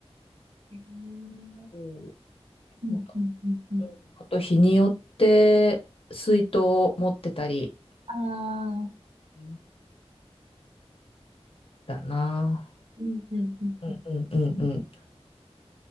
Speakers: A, on the right; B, on the left.
A: へー
B: うん、
A: うんうんうんうん。
B: そうだうんあと日によって水筒を持ってたり
A: ああ
B: うんだな。
A: うんうんうんうん。
B: うんうんうんうん。